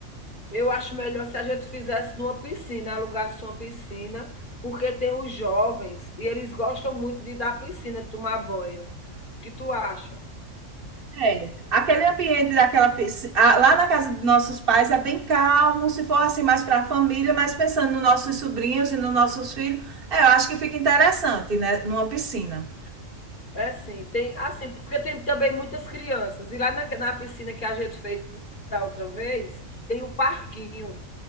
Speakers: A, on the left; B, on the right.
A: Eu acho melhor se a gente fizesse numa piscina, alugasse uma piscina, porque tem os jovens e eles gostam muito de ir da piscina, tomar banho. O que tu acha?
B: É, Aquele ambiente daquela piscina lá na casa dos nossos pais é bem calmo, se for assim mais para a família, mas pensando nos nossos sobrinhos e nos nossos filhos, é, eu acho que fica interessante, né, numa piscina.
A: É sim, tem assim, porque tem também muitas crianças. E lá na na piscina que a gente fez da outra vez, tem o parquinho.